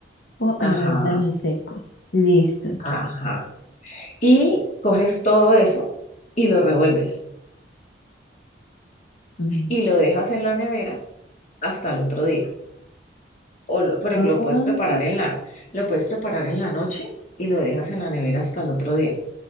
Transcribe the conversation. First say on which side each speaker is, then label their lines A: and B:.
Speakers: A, on the left (about 75°); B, on the left (about 45°).
A: o arándanos
B: Ajá,
A: secos. Listo.
B: ajá. Y coges todo eso y lo revuelves
A: Ujú.
B: y lo dejas en la nevera hasta el otro día. O lo- por ejemplo,
A: Ah,
B: lo puedes preparar en la, lo puedes preparar en la noche y lo dejas en la nevera hasta el otro día.